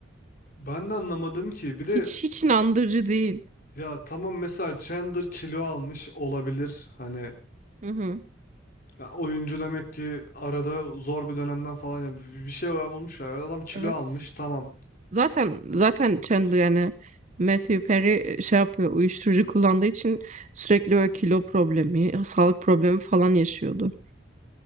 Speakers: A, on the left; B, on the right.
A: Ben de anlamadım ki. Bir de
B: Hiç hiç inandırıcı değil.
A: ya tamam mesela Chandler kilo almış olabilir. Hani
B: Hı hı.
A: ya oyuncu demek ki arada zor bir dönemden falan ya bir şey bulmuş ya. Adam kilo
B: Evet.
A: almış tamam.
B: Zaten zaten Chandler yani Matthew Perry şey yapıyor. Uyuşturucu kullandığı için sürekli öyle kilo problemi, sağlık problemi falan yaşıyordu.